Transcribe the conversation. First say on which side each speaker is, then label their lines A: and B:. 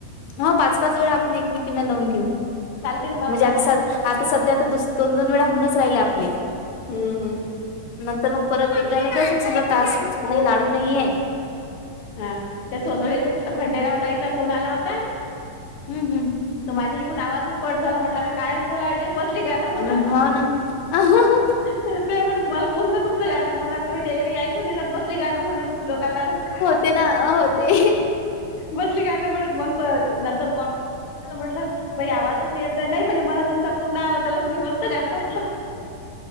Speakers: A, on the left; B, on the left.
A: ह पाच पाच वेळा आपण एकमेकीना लावून घेऊ
B: चालते ना पाच
A: म्हणजे
B: वेळा
A: आसा आता सध्या आता दोन दोन वेळा होऊनच राहिले आपले.
B: हम्म हम्.
A: नंतर मग परत एकदा मला तास नाही लाडू नाहीये.
B: हा त्या सोदळेच्या खंडेराव ताईचा फोन आला होता.
A: हम्म हम्.
B: तर माझा एकूून आवाजच कट झाला म्हटलं, आता कायच बोलावेच्या बसली गाणं म्हणत.
A: हम्म हो <unintelligible>
B: त्या म्हणत मला पूर्ण तुमचं गाण मला वाटलं, त्याले काही ऐकून नाही जात बसले गान म्हणत फूलो का तारोका.
A: ते ना, हो ते.
B: बसली काय नाही पण मंग परत नंतर कॉ. म्हटलं आवाजच नाही येत नाही. म्हणे मला तुमचा पूर्ण आवाज आला तुम्ही मस्त गांण म्हटलं.